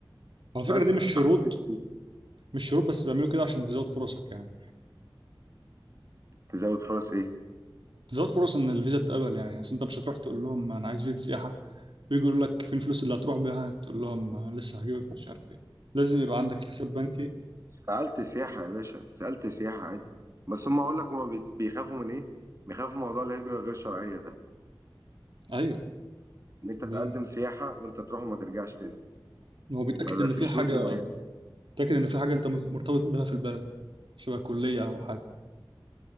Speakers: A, on the right; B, on the right.
A: على فكرة
B: بس
A: دي مش
B: فحسيت
A: شروط مش شروط بس بيعملوا كده عشان تزود فرصك يعني
B: تزود فرص ايه
A: تزود فرص ان الفيزا تتقبل يعني اصل انت مش هتروح تقول لهم انا عايز فيزا سياحه ويجي يقول لك فين الفلوس اللي هتروح بيها تقول لهم لسه هجيب مش عارف ايه لازم يبقى عندك الحساب بنكي
B: سألت سياحة يا باشا سألت سياحة عادي بس هم أقول لك هم بي- بيخافوا من إيه؟ بيخافوا من موضوع الهجرة غير الشرعية ده
A: ايوه
B: إن أنت تقدم
A: بي...
B: سياحة وأنت تروح وما ترجعش تاني
A: هو بيتاكد
B: فبقى
A: ان
B: في
A: في
B: شروط
A: حاجه
B: معينة
A: بيتاكد ان في حاجه انت مرتبط بيها في البلد شبه كليه او حاجه